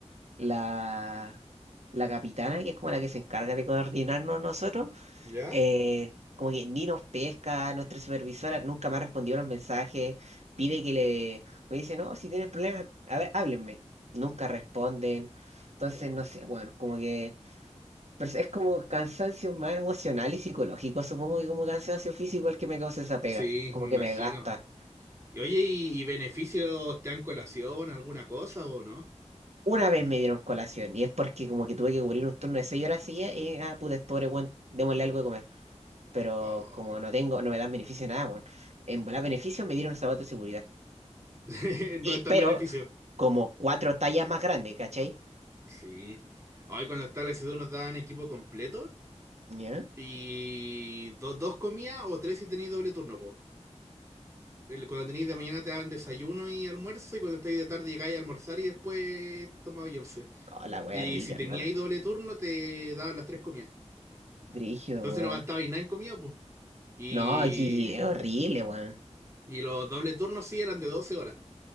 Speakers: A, on the right; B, on the right.
A: La, la capitana, que es como la que se encarga de coordinarnos nosotros,
B: ¿Ya?
A: eh, como que ni nos pesca, nuestra supervisora nunca me ha respondido los mensajes, pide que le... Me dice, no, si tienen problemas, a ver, háblenme. Nunca responden. Entonces,
B: Oh.
A: no sé, weón, como que... Pero es como cansancio más emocional y psicológico, supongo que como cansancio físico el que me causa esa pega,
B: Sí,
A: como
B: me
A: que
B: imagino.
A: me gasta.
B: Y oye, ¿y, y beneficios te dan colación, alguna cosa o no?
A: Una vez me dieron colación y es porque como que tuve que cubrir un turno de seis horas seguidas y ah, puta, este pobre weón, démosle algo de comer. Pero
B: Oh,
A: como no tengo, no me dan beneficio nada, weón. En volar beneficio me dieron zapatos de seguridad.
B: <laughs> no
A: Y,
B: es tan
A: pero
B: beneficio.
A: como cuatro tallas más grandes, ¿cachai?
B: Sí. Hoy cuando está la S2 nos dan equipo completo
A: ¿Ya?
B: Y do- dos comidas o tres si tenéis doble turno, pues. cuando tenéis de mañana te dan desayuno y almuerzo, y cuando estáis de tarde llegáis a almorzar y después tomabais once.
A: Oh, la wea
B: Y
A: rica,
B: si teníais
A: hermano.
B: doble turno te daban las tres comidas.
A: Brígido,
B: Entonces
A: weón.
B: no gastabais nada en comida, pues. Y,
A: No, aquí es horrible, weón.
B: y los doble turnos sí eran de 12 horas,